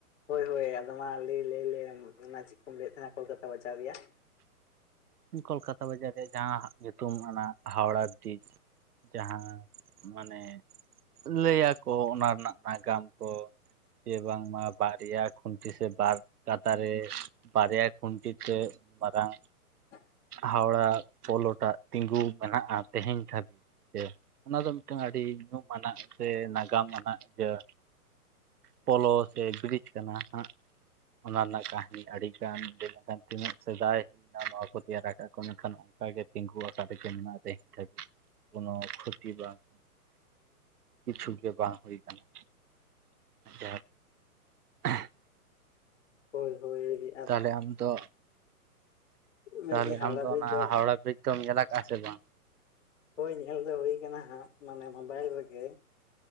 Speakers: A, on the left; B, on the right.
A: ᱦᱚᱭ ᱦᱚᱭ ᱟᱫᱚ ᱢᱟ ᱞᱟᱹᱭ ᱞᱟᱹᱭᱞᱮᱢ ᱚᱱᱟ ᱪᱮᱫ ᱠᱚᱢ ᱞᱟᱹᱭᱮᱫ ᱛᱟᱦᱮᱱᱟ ᱠᱚᱞᱠᱟᱛᱟ ᱵᱟᱡᱟᱨ ᱨᱮᱭᱟᱜ
B: ᱠᱚᱞᱠᱟᱛᱟ ᱵᱟᱡᱟᱨ ᱨᱮᱭᱟᱜ ᱡᱟᱦᱟᱸ ᱦᱟᱸᱜ ᱧᱩᱛᱩᱢ ᱚᱱᱟ ᱦᱟᱣᱲᱟ ᱵᱤᱨᱤᱡᱽ ᱡᱟᱦᱟᱸ ᱢᱟᱱᱮ ᱞᱟᱹᱭᱟᱠᱚ ᱚᱱᱟ ᱨᱮᱱᱟᱜ ᱱᱟᱜᱟᱢ ᱠᱚ ᱥᱮ ᱵᱟᱝᱢᱟ ᱵᱟᱨᱭᱟ ᱠᱷᱩᱱᱴᱤ ᱥᱮ ᱵᱟᱨ ᱠᱟᱛᱟᱨᱮ ᱵᱟᱨᱭᱟ ᱠᱷᱩᱱᱴᱤ ᱛᱮ ᱢᱟᱨᱟᱝ
A: <inaudible>
B: ᱦᱟᱣᱲᱟ ᱯᱚᱞᱚᱴᱟᱜ ᱛᱤᱸᱜᱩ ᱢᱮᱱᱟᱜᱼᱟ ᱛᱮᱦᱮᱧ ᱫᱷᱟᱹᱵᱤᱡ ᱛᱮ ᱚᱱᱟ ᱫᱚ ᱢᱤᱫᱴᱟᱝ ᱟᱹᱰᱤ ᱧᱩᱢ ᱟᱱᱟᱜ ᱥᱮ ᱱᱟᱜᱟᱢ ᱟᱱᱟᱜ ᱤᱭᱟ. ᱯᱚᱞᱚ ᱥᱮ ᱵᱨᱤᱡᱽ ᱠᱟᱱᱟ ᱦᱟᱸᱜ ᱚᱱᱟ ᱨᱮᱱᱟᱜ ᱠᱟ. ᱦᱱᱤ ᱟᱹᱰᱤ ᱜᱟᱱ ᱞᱟᱹᱭ ᱞᱮᱱᱠᱷᱟᱱ ᱛᱤᱱᱟᱹᱜ ᱥᱮᱫᱟᱭ ᱦᱩᱭᱱᱟ ᱱᱚᱶᱟ ᱠᱚ ᱛᱮᱭᱟᱨᱟᱠᱟᱫ ᱠᱚ ᱢᱮᱱᱠᱷᱟᱱ ᱚᱱᱠᱟ ᱜᱮ ᱛᱤᱸᱜᱩ ᱟᱠᱟᱫᱟᱠᱤᱱ ᱚᱱᱟ ᱛᱮᱦᱮᱧ ᱫᱷᱟᱹᱵᱤᱡ ᱠᱚᱱᱚ <unintelligible> ᱵᱟᱝ ᱠᱤᱪᱷᱩ ᱜᱮ ᱵᱟᱝ ᱦᱩᱭ ᱟᱠᱟᱱᱟ ᱡᱟᱦᱟᱸ <unintelligible>
A: ᱦᱳᱭ ᱦᱳᱭ ᱜᱮ
B: ᱛᱟᱦᱚᱞᱮ ᱟᱢ ᱫᱚ
A: ᱢᱮᱱᱮᱫᱟᱹᱧ
B: ᱛᱟᱦᱚᱞᱮ
A: ᱦᱟᱣᱲᱟ
B: ᱟᱢᱫᱚ
A: ᱵᱨᱤᱡᱽ
B: ᱚᱱᱟ
A: ᱫᱚ
B: ᱦᱟᱣᱲᱟ ᱵᱤᱨᱤᱡ ᱫᱚᱢ ᱧᱮᱞᱟ ᱟᱠᱟᱜᱼᱟ ᱥᱮ ᱵᱟᱝ?
A: ᱦᱳᱭ ᱧᱮᱞ ᱫᱚ ᱦᱩᱭ ᱟᱠᱟᱱᱟ ᱦᱟᱸᱜ ᱢᱟᱱᱮ ᱢᱳᱵᱟᱭᱤᱞ ᱨᱮᱜᱮ,